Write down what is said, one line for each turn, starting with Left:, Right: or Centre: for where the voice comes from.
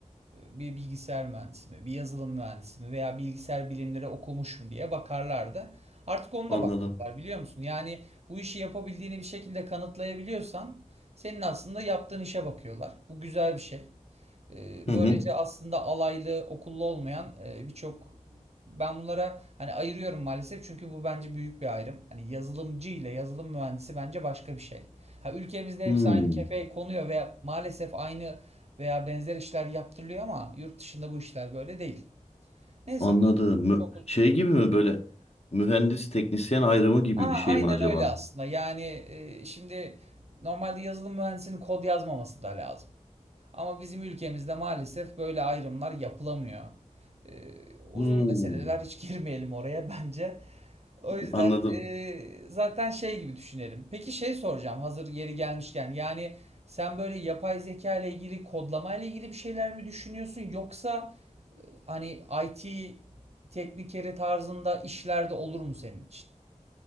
Right: e, bir bilgisayar mühendisi mi, bir yazılım mühendisi mi veya bilgisayar bilimleri okumuş mu diye bakarlardı. Artık onu
Left: Anladım.
Right: da bakmıyorlar biliyor musun? Yani bu işi yapabildiğini bir şekilde kanıtlayabiliyorsan senin aslında yaptığın işe bakıyorlar. Bu güzel bir şey. Ee,
Left: Hı hı.
Right: Böylece aslında alaylı, okullu olmayan e, birçok ben bunlara hani ayırıyorum maalesef çünkü bu bence büyük bir ayrım. Hani yazılımcı ile yazılım mühendisi bence başka bir şey. Ha ülkemizde
Left: Hmm.
Right: hepsi aynı kefeye konuyor ve maalesef aynı veya benzer işler yaptırılıyor ama yurt dışında bu işler böyle değil. Neyse
Left: Anladım.
Right: bu
Left: Mü-
Right: çok
Left: şey gibi mi böyle mühendis teknisyen ayrımı gibi
Right: Aa,
Left: bir
Right: aynen
Left: şey mi acaba?
Right: öyle aslında. Yani e, şimdi normalde yazılım mühendisinin kod yazmaması da lazım. Ama bizim ülkemizde maalesef böyle ayrımlar yapılamıyor. Ee, uzun
Left: Hmm.
Right: meseleler hiç girmeyelim oraya bence. O yüzden
Left: Anladım.
Right: e, zaten şey gibi düşünelim. Peki şey soracağım hazır yeri gelmişken. Yani sen böyle yapay zeka ile ilgili kodlama ile ilgili bir şeyler mi düşünüyorsun yoksa e, hani IT teknikeri tarzında işlerde olur mu senin için?